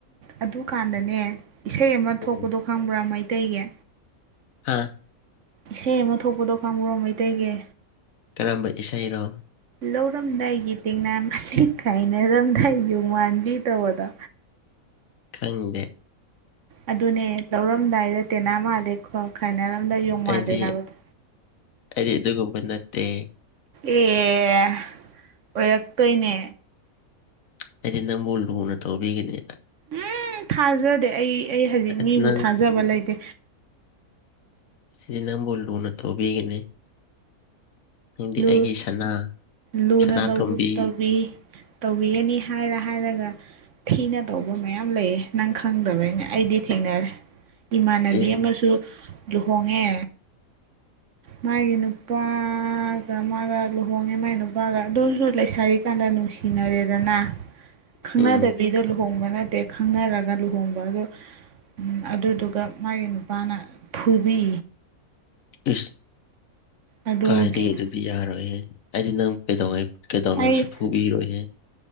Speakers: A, on the right; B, on the left.
A: ꯑꯗꯨꯀꯥꯟꯗꯅꯦ ꯏꯁꯩ ꯑꯃ
B: ꯎꯝ
A: ꯊꯣꯛꯄꯗꯣ ꯈꯪꯕ꯭ꯔꯥ ꯃꯩꯇꯩꯒꯤ
B: ꯍꯥꯥ
A: ꯏꯁꯩ ꯑꯃ ꯊꯣꯛꯄꯗꯣ ꯀꯥꯡꯒ꯭ꯔ ꯃꯩꯇꯩꯒꯤ
B: ꯀꯔꯝꯕ ꯏꯁꯩꯅꯣ
A: ꯂꯧꯔꯝꯗꯥꯏꯒꯤ ꯇꯦꯡꯅꯥ ꯃꯇꯤ ꯀꯥꯏꯅꯔꯝꯗꯥꯏ ꯌꯨꯝ ꯋꯥꯥꯟꯕꯤ ꯇꯧꯕꯗ
B: ꯈꯅꯤꯡꯒꯦ
A: ꯑꯗꯨꯅꯦ ꯂꯧꯔꯝꯗꯥꯏꯗ ꯇꯦꯅꯥ ꯃꯥꯜꯂꯦ ꯈꯣ ꯈꯥꯏꯅꯔꯝꯗꯥ ꯌꯣꯡ ꯃꯥꯜꯂꯦ
B: ꯑꯩꯗꯤ
A: ꯍꯥꯏꯕꯗꯣ
B: ꯑꯩꯗꯤ ꯑꯗꯨꯒꯨꯝꯕ ꯅꯠꯇꯦ
A: ꯑꯦ ꯑꯣꯏꯔꯛꯇꯣꯏꯅꯦ
B: ꯍꯥꯏꯗꯤ ꯅꯝꯕꯨꯜ ꯂꯨꯅ ꯇꯧꯕꯤꯈꯤꯅꯤ
A: ꯎꯝ ꯊꯥꯖꯗꯦ ꯑꯩ ꯑꯩ ꯍꯧꯖꯤꯛ
B: ꯑꯁ
A: ꯃꯤꯕꯨ
B: ꯅꯪ
A: ꯊꯥꯖꯕ
B: ꯎꯝ
A: ꯂꯩꯇꯦ
B: ꯁꯤ ꯅꯪꯕꯨ ꯂꯨꯅ ꯊꯧꯕꯤꯒꯅꯤ ꯅꯪꯗꯤ
A: ꯂꯨ
B: ꯑꯩꯒꯤ ꯁꯅꯥ
A: ꯂꯨꯅ
B: ꯁꯅꯥꯇꯣꯝꯕꯤ
A: ꯇꯧꯕꯤ ꯇꯧꯕꯤꯒꯅꯤ ꯍꯥꯏꯔ ꯍꯥꯏꯔꯒ ꯊꯤꯅ ꯇꯧꯕ ꯃꯌꯥꯝ ꯂꯩꯌꯦ ꯅꯪ ꯈꯪꯗꯕꯅꯤꯅ ꯑꯩꯗꯤ ꯊꯦꯡꯅꯔꯦ ꯏꯃꯥꯟꯅꯕꯤ
B: ꯏꯁ
A: ꯑꯃꯁꯨ ꯂꯨꯍꯣꯡꯉꯦ
B: <unintelligible>
A: ꯃꯥꯒꯤ ꯅꯨꯄꯥꯒ ꯃꯥꯒ ꯂꯨꯍꯣꯡꯉꯦ ꯃꯥꯒꯤ ꯅꯨꯄꯥꯒ ꯑꯗꯨꯁꯨ ꯂꯩꯁꯔꯤꯀꯥꯟꯗ ꯅꯨꯡꯁꯤ ꯁꯤꯅꯔꯦꯗꯅ ꯈꯪꯅꯗꯕꯤꯗ
B: ꯎꯝ
A: ꯂꯨꯍꯣꯡꯕ ꯕ ꯅꯠꯇꯦ ꯈꯪꯅꯔꯒ ꯂꯨꯍꯣꯡꯕ ꯑ ꯑꯗꯨꯗꯨꯒ ꯃꯥꯒꯤ ꯅꯨꯄꯥꯅ ꯐꯨꯕꯤ
B: ꯏꯁ
A: ꯑꯗꯨꯒꯤ
B: ꯀꯥꯏꯗ ꯑꯗꯨꯗꯤ ꯌꯥꯔꯣꯏꯍ ꯍꯥꯏꯗꯤ ꯅꯪ ꯀꯩꯗꯧꯉꯩ ꯗꯣꯟꯁꯤ
A: ꯑꯩ
B: ꯐꯨꯕ ꯍꯔꯣꯏꯦ